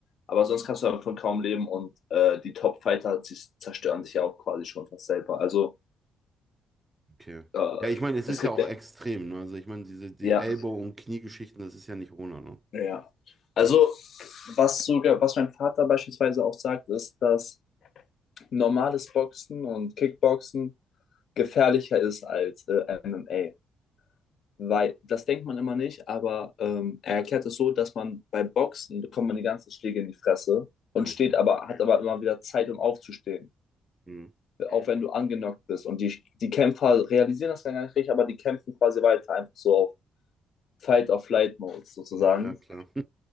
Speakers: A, on the left; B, on the right.
A: aber sonst kannst du davon kaum leben und äh, die Top-Fighter sie zerstören sich ja auch quasi schon fast selber. Also
B: Okay.
A: äh,
B: Ja, ich meine, es
A: es
B: ist
A: gibt
B: ja auch
A: ja,
B: extrem, ne? Also ich meine, diese die
A: ja,
B: Ellbogen- und Kniegeschichten, das ist ja nicht ohne, ne?
A: ja. Also
B: Hm,
A: was sogar, was mein Vater beispielsweise auch sagt, ist, dass normales Boxen und Kickboxen gefährlicher ist als äh, MMA. Weil das denkt man immer nicht, aber ähm, er erklärt es so, dass man bei Boxen bekommt man die ganzen Schläge in die Fresse und
B: richtig.
A: steht aber, hat aber immer wieder Zeit, um aufzustehen.
B: Mhm.
A: Auch wenn du angenockt bist. Und die, die Kämpfer realisieren das gar nicht richtig, aber die kämpfen quasi weiter, einfach so auf fight or flight mode sozusagen.
B: Ja, ja, klar. <laughs>